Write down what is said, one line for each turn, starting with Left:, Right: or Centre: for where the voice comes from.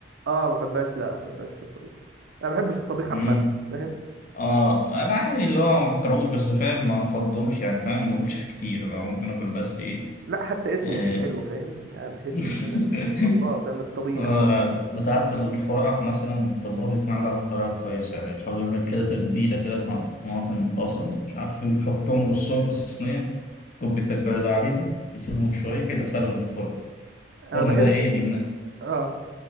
Right: اه ما بحبهاش لا ما بحبهاش في الطبيخ انا ما بحبش الطبيخ
Left: يعني
Right: عامه فاهم
Left: اه انا عادي اللي هو ما بكرهوش بس فاهم ما افضلوش يعني فاهم ما اكلش فيه كتير أنا ممكن اكل بس ايه
Right: لا حتى اسمه
Left: آه،
Right: مش حلو فاهم يعني بحس
Left: <laughs>
Right: ان انا مش والله فاهم الطبيخ
Left: آه،
Right: فاهم انا
Left: بتاعة
Right: مش
Left: الفرح مثلا الطباخ بيكون على طريقة كويسة يعني بيحاول يعمل كده تتبيلة كده مع- بالطماطم بصل مش عارف ايه يحطهم يرصهم في الصينية كوباية البلد عليهم يسيبهم شوية كده يدخلهم الفرن
Right: انا
Left: الفرن
Right: بحس
Left: بقى ايه يجي من-
Right: اه